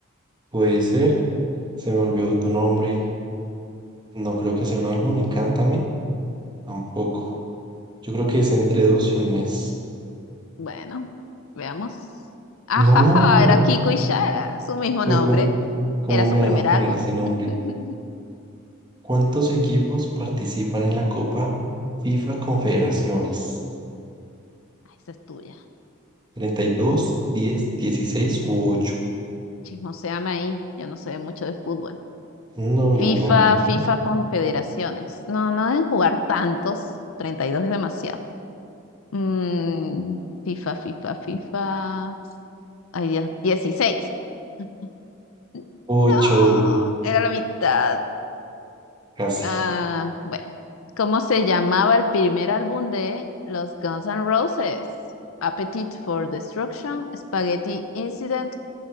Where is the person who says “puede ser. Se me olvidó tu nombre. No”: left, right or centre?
Right